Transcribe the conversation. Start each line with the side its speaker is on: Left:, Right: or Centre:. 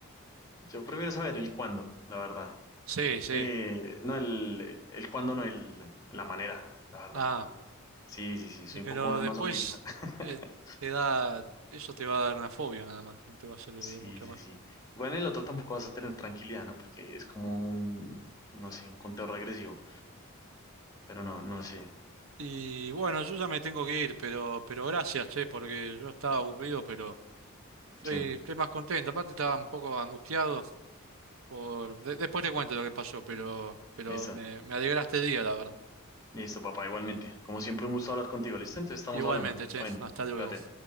Left: Yo prefiero saber el cuándo, la verdad.
Right: Sí, sí.
Left: Eh, no, el, el, el cuándo, no, el, la manera, la verdad.
Right: Ah,
Left: Sí, sí, sí, soy
Right: y pero
Left: un poco más
Right: después
Left: masoquista. <laughs>
Right: eh, te da... Eso te va a dar una fobia nada más, no te va a servir
Left: Sí,
Right: de mucho
Left: sí,
Right: más.
Left: sí. Bueno, el otro tampoco vas a tener tranquilidad, ¿no? Porque es como un, no sé, un conteo regresivo, pero no, no sé.
Right: Y bueno, yo ya me tengo que ir, pero, pero gracias, che, porque yo estaba aburrido, pero estoy,
Left: Sí,
Right: estoy más contento. Aparte estaba un poco angustiado. por... de- después te cuento lo que pasó, pero, pero
Left: listo.
Right: me, me alegraste el día, la verdad.
Left: Listo, papá, igualmente. Como siempre, un gusto hablar contigo. ¿Listo? Entonces estamos
Right: Igualmente,
Left: hablando.
Right: che,
Left: Bueno,
Right: hasta luego.
Left: cuídate.